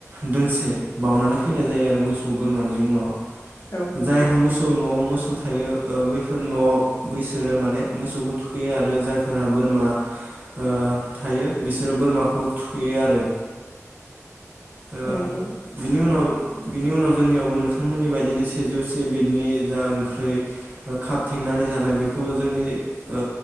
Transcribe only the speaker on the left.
औ नंगौ
नंगौ